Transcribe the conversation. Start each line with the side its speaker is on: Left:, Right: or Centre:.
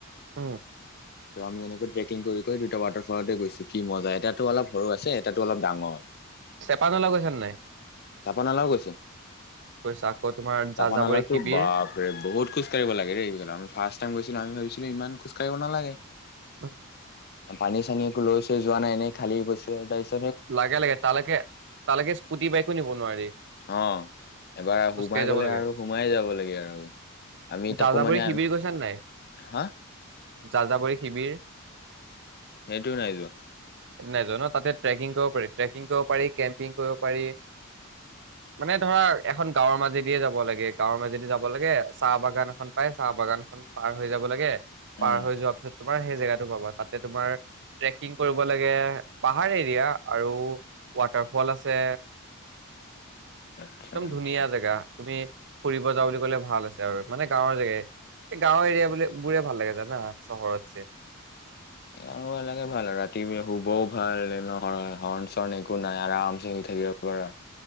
Right: উম
Left: <inaudible> দুটা ৱাটাৰফলতে গৈছো কি মজা এটাতো অলপ সৰু আছে এটাতো অলপ ডাঙৰ
Right: চেপানলা গৈছা নে নাই
Left: জাপানালেও গৈছো
Right: গৈছা আকৌ তোমাৰ যাযাবৰী
Left: জাপানালো
Right: শিবিৰ
Left: বাপৰে বহুত খোজ কঢ়িব লাগেই এইত আমি ফাৰ্ষ টাইম গৈছিলো আমি ভাবিছিলো ইমান খো কঢ়িব কেনেকুৱা লাগে
Right: উম
Left: পানী চানী একো লৈছো যোৱা নাই এনেই খালি গৈছো ওলাইছো
Right: লাগে লাগে তালৈকে তালৈকে স্কুটি বাইকো নিব নোৱাৰি
Left: অ' এবাৰ
Right: খোজকাঢ়ি
Left: সোমাই
Right: যাব
Left: গ'লে
Right: লাগে
Left: আৰু সোমাই যাব লাগে আৰু আমি তাকো
Right: যাজাবৰী
Left: মানে
Right: শিবিৰ গৈছ নাই
Left: হা
Right: যাযাবৰী শিবিৰ
Left: সেইটো নাই যোৱা
Right: নাজানো তাতে ট্ৰেকিং কৰিব পাৰি ট্ৰেকিং কৰিব পাৰি কেম্পিং কৰিব পাৰি মানে ধৰা এখন গাঁৱৰ মাজেদিয়ে যাব লাগে গাঁৱৰ মাজেদি যাব লাগে চাহ বাগান এখন পায় চাহ বাগানখন পাৰ হৈ যাব লাগে
Left: উম।
Right: পাৰ হৈ যোৱাৰ পাছত তোমাৰ সেই জেগাতটো পাবা তাতে তোমাৰ ট্ৰেকিং কৰিব লাগে পাহাৰে সেইয়াত আৰু ৱাটাৰফল আছে
Left: আচ্ছা
Right: একদম
Left: আচ্ছা
Right: ধুনীয়া জেগা তুমি ফুৰিব যাওঁ বুলি ক'লে ভাল আছে আৰু মানে গাঁৱৰ জেগাই গাওৰ এৰিয়া বুলি বোৰে ভাল লাগে জানা চহৰত যে
Left: আৰু এনেকে ভাল লাগে আৰু ৰাতিপুৱাৰ শুবও ভাল হৰ্ণ চৰ্ণ একো নাই আৰাম চে শুই থাকিব পাৰা